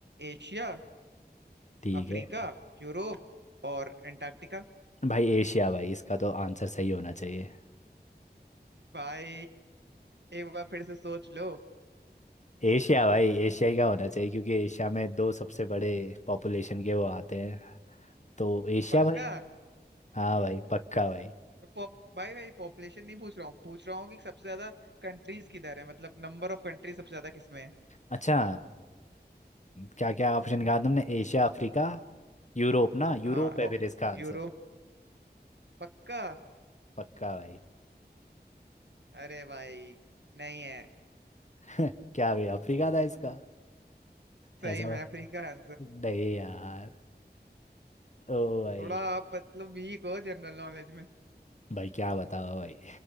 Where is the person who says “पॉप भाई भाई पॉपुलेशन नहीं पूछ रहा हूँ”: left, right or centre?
Right